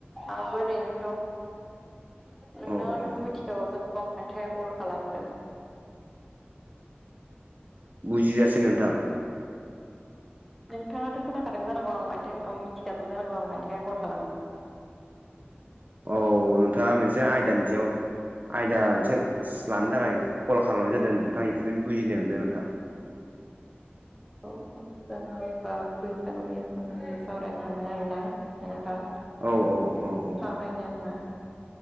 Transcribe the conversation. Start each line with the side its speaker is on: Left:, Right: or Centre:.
Centre: आंबो ओरैनो दं। नोंनाव
Right: औ औ
Centre: नोंखौ मिथिखागौ ज मानि थाखाय कल खालामदों
Right: बुजिजासै नोंथां
Centre: नोंथाङाथ' खोनाखादों जानांगौ आं मानि थाखाय मिथिखादों जानांगौ आं मानि थाखाय कल खालामदों
Right: औ नोंथाङा मोनसे आयदानि सायाव आयदा मोनसे लानो थाखाय कल खालामनाय जादों नोंथां एस बुजिनाय मोनदों नोंथां।
Centre: औ ज बा बैसागुनि सोमोन्दै सावरायनो सांबाय आरो ना नोंथां।
Right: औ औ औ औ
Centre: <unintelligible>